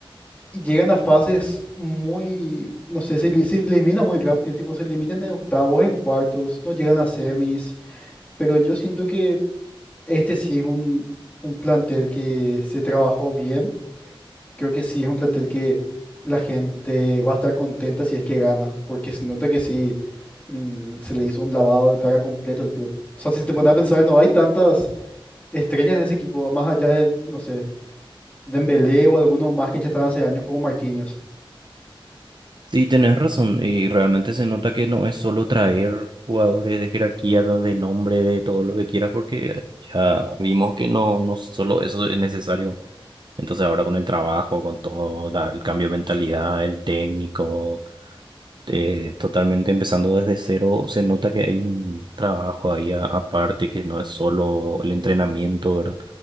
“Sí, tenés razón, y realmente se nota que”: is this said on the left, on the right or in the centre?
Right